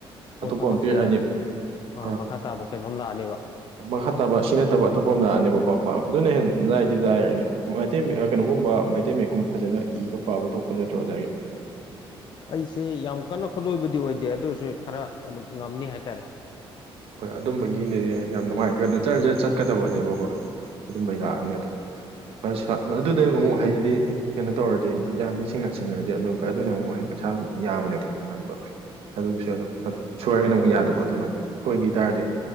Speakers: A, on the left; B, on the right.
A: ꯑꯣ
B: ꯑꯇꯣꯞꯄ
A: ꯊꯕꯛꯁꯦ
B: ꯑꯃ ꯄꯤꯔꯛꯑꯅꯤ
A: ꯑ
B: ꯑꯥ
A: ꯃꯈꯥ ꯇꯥꯕ ꯀꯩꯅꯣꯝ ꯂꯥꯛꯑꯅꯦꯕ
B: ꯃꯈꯥ ꯇꯥꯕ ꯁꯤ ꯅꯠꯇꯕ ꯑꯇꯣꯞꯄ ꯑꯃ ꯂꯥꯛꯑꯅꯦꯕꯀꯣ ꯃ ꯑꯗꯨꯅ ꯍꯦꯟ ꯂꯥꯏꯗꯤ ꯂꯥꯏꯔꯅꯤ ꯃꯩꯇꯩꯌꯦꯛ ꯀꯩꯅꯣꯒꯨꯝꯕ
A: ꯎꯝ
B: ꯃꯩꯇꯩ ꯃꯌꯦꯛꯀꯨꯝꯕ ꯐꯖꯅ ꯏꯕ ꯄꯥꯕ ꯊꯣꯛꯄ ꯅꯠꯇ꯭ꯔꯣ ꯑꯣꯖꯥꯒꯤ
A: ꯑꯩꯁꯦ ꯌꯥꯝ ꯀꯟꯅ ꯈꯨꯠꯂꯣꯏꯕꯗꯤ ꯑꯣꯏꯗꯦ ꯑꯗꯨ ꯑꯣꯏꯔꯁꯨ ꯈꯔ ꯑꯗꯨꯝ ꯉꯝꯅꯤ ꯍꯥꯏꯇꯥꯔꯦ
B: ꯈꯣꯏ ꯑꯗꯨꯝꯕꯒꯤ ꯂꯩꯔꯦ ꯌꯥꯝ ꯅꯨꯡꯉꯥꯏꯈꯦ
A: ꯍꯥꯏꯗꯤ
B: ꯑꯗꯨ
A: ꯎꯝ
B: ꯆꯔꯖꯔ ꯆꯠꯀꯗꯕꯅꯦꯕꯀꯣ ꯑꯗꯨꯝꯕꯩ
A: ꯍꯣꯏ
B: ꯂꯥꯛꯑꯅꯦ ꯑꯗꯣ ꯑꯠꯁꯥ ꯃ ꯑꯗꯨꯗꯩ ꯑꯃꯨꯛ ꯍꯩꯔꯗꯤ ꯀꯩꯅꯣ ꯇꯧꯔꯗꯤ ꯌꯥ ꯃꯤꯁꯤꯡꯅ ꯁꯤꯡꯉꯗꯤ ꯑꯗꯨ ꯑꯗꯨꯅ ꯑꯃꯨꯛ ꯄꯩꯁꯥ ꯌꯥꯕꯅꯦꯕ ꯇꯥꯟꯕ ꯑꯗꯨꯒꯤꯁꯨ
A: ꯎꯝ
B: ꯑꯗꯨꯝ ꯑꯗꯨ ꯁꯣꯏꯔꯒꯅ ꯑꯃꯨꯛ ꯌꯥꯗꯕ ꯑꯗꯨꯅ ꯑꯃꯨꯛ ꯁꯣꯏꯒꯤ ꯇꯥꯔꯗꯤ